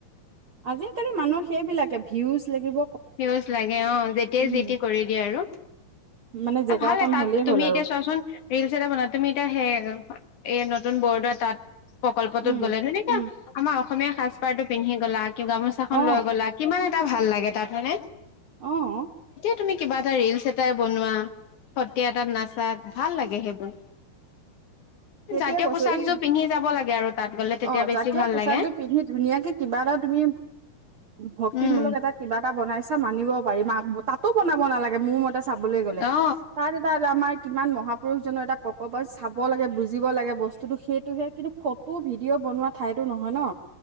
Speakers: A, on the right (about 85°); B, on the left (about 60°).
A: আজিকালি মানুহ সেইবিলাকে ভিউজ লাগিব।
B: ভিউজ লাগে অ' যেতিয়াই
A: উম
B: যিতি কৰি দিয়ে, ‌ আৰু
A: মানে জেগা
B: ভালে
A: অকন
B: তাত
A: হ'লেই
B: তুমি
A: হ'ল
B: এতিয়া
A: আৰু
B: চোৱাচোন ৰিলচ এটা বন তুমি এতিয়া স এই নতুন বৰদোৱা তাত প্ৰকল্পতটোত
A: উম
B: গ'লে, ধুনিয়াকে
A: উম
B: আমাৰ অসমীয়া সাজ পাৰটো পিন্ধি গ'লা গামোচা খন
A: অ
B: লৈ গ'লা কিমান এটা এটা ভাল লাগে তাত। হয় নে?
A: আহ।
B: তুমি কিবা এটা ৰিলচ এটাই বনোৱা, সত্ৰীয়া এটাত নাচা ভাল লাগে সেইবোৰ।
A: সেইটোয়ে
B: জাতীয়
A: কৈছো
B: পোচাকযোৰ
A: এই
B: পিন্ধি যাব লাগে আৰু তাত গ'লে তেতিয়া
A: অ'
B: বেছি
A: জাতীয়
B: ভাল
A: পোচাকজোৰ
B: লাগে
A: পিন্ধি ধুনীয়াকে কিবা এটা তুমি ভক্তিমূলক
B: উম
A: এটাত কিবা এটা বনাইছা। মানিব পাৰি, ম তাতো বনাব নালাগে মোৰ মতে এটা চাবলৈ গ'লে,
B: অ
A: তাত এটা আমাৰ কিমান মহাপুৰুষজনৰ এটা প্ৰকল্প চাব লাগে বুজ জিব লাগে বস্তুটো সেইটোহে, কিন্তু ফটো ভিডিঅ' বনোৱা ঠাইতো নহয় ন।